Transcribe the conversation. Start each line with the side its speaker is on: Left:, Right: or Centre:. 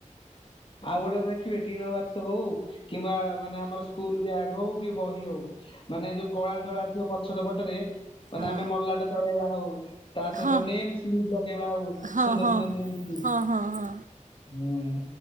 Left: ଆଉ ଗୋଟେ କଥା ଦେଖିବେ ଟିଣ ବାକ୍ସ ହଉ କିମ୍ବା ମାନେ ଆମର ସ୍କୁଲ ବ୍ୟାଗ ହଉ କି ବହି ହଉ ମାନେ ଯୋଉ କଳା ଧଳା ଥିବ ପଛର ପଟରେ ମାନେ
Right: ହଁ
Left: ଆମେ ମଲାଟ ଚଢେଇବା ହଉ ତା ସହିତ
Right: ହଁ
Left: ନେମ୍ସ୍ ଲୁକ୍ ଲଗେଇବା ହଉ
Right: ହଁ
Left: ସୁନ୍ଦର
Right: ହଁ
Left: ନେମସ୍ ଲୁକ୍।
Right: ହଁ ହଁ ହଁ।
Left: ହୁଁ।